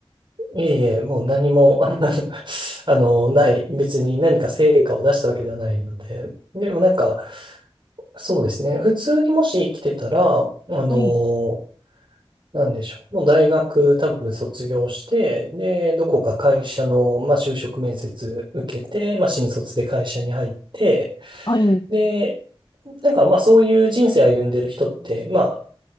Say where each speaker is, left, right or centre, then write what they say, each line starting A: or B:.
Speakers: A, on the right; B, on the left.
A: いえいえ、もう何も、<laughs> あの、<laughs> ない、別に何か成果を出したわけではないので、でもなんか、そうですね、普通にもし生きてたら、あの、
B: はい、
A: なんでしょう、もう大学多分卒業して、で、どこか会社の、まあ、就職面接受けて、まあ、新卒で会社に入って、
B: はい、
A: で、なんかまあそういう人生歩んでる人って、まあ、